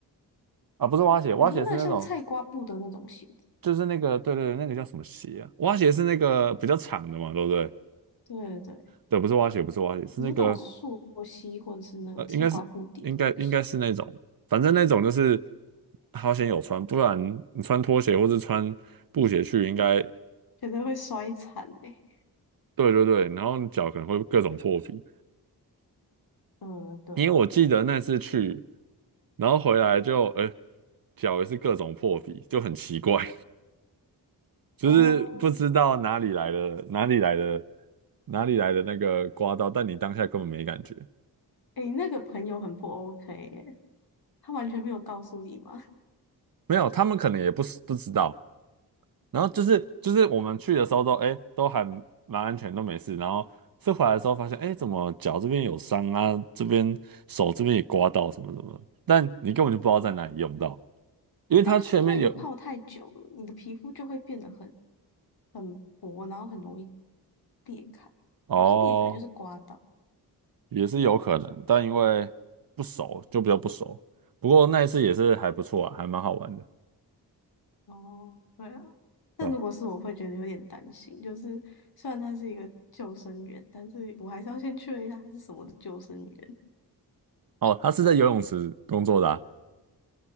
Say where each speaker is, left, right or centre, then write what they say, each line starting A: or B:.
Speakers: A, on the right; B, on the left.
A: 啊，不是蛙鞋，
B: 你说那个像菜瓜布的那种鞋子，
A: 蛙鞋是那种，就是那个，对对对，那个叫什么鞋啊？蛙鞋是那个比较长的嘛，对不对？
B: 对对对，
A: 对，不是蛙鞋，不是蛙鞋，是那个，
B: 你说那种溯溪或者是那个菜瓜布底的东西，
A: 呃，应该是应该应该是那种，反正那种就是好险有穿，不然你穿拖鞋或是穿布鞋去，应该
B: 觉得会摔惨哎、欸
A: 对对对，然后你脚可能会各种破皮。
B: 嗯，对。
A: 因为我记得那次去，然后回来就，呃，脚也是各种破皮，就很奇怪。就是不知道哪里来的，
B: 哦，
A: 哪里来的，哪里来的那个刮到，但你当下根本没感觉，
B: 诶，那个朋友很不 OK 耶，他完全没有告诉你吗？
A: 没有，他们可能也不是不知道。然后就是就是我们去的时候都哎都还蛮安全，都没事。然后是回来的时候发现，哎，怎么脚这边有伤啊，这边手这边也刮到什么什么的但你根本就不知道在哪里用到，
B: <laughs>
A: 因为它前面有
B: 那就是因为你泡太久了，你的皮肤就会变得很很薄，然后很容易裂开，
A: 哦，
B: 也不是裂开，就是刮到。
A: 也是有可能，但因为不熟就比较不熟。不过那一次也是还不错啊，还蛮好玩的，
B: 哦，对啊，但如果是我会觉得有点担心，
A: 对吧？
B: 就是虽然他是一个救生员，但是我还是要先确认一下他是什么的救生员。
A: 哦，他是在游泳池工作的啊，